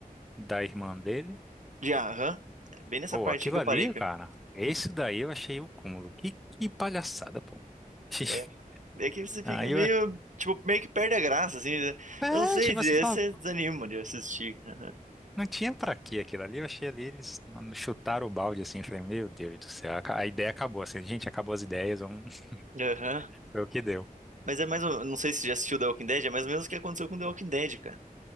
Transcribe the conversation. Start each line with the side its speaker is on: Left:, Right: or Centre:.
Centre: da irmã dele?
Right: De aham. É Bem nessa
Centre: Pô,
Right: parte
Centre: aquilo
Right: aí que eu
Centre: ali,
Right: parei, cara.
Centre: cara, esse
Right: <laughs>
Centre: daí eu achei o cúmulo. Que, que palhaçada, pô. <laughs>
Right: É, é que você fica
Centre: Aí
Right: meio,
Centre: eu,
Right: tipo, meio que perde a graça, assim. né?
Centre: é,
Right: Eu não sei
Centre: tipo,
Right: dizer,
Centre: você fala,
Right: você
Centre: <laughs> pô,
Right: desanima de assistir. Aham.
Centre: não tinha pra quê aquilo ali, eu achei ali, eles mano, chutaram o balde assim, eu falei, meu Deus do céu, a a ideia acabou, assim, gente, acabou as ideias, vamos
Right: Aham.
Centre: <laughs> ver o que deu.
Right: Mas é mais ou... Não sei se já assistiu The Walking Dead, é mais ou menos o que aconteceu com The Walking Dead, cara.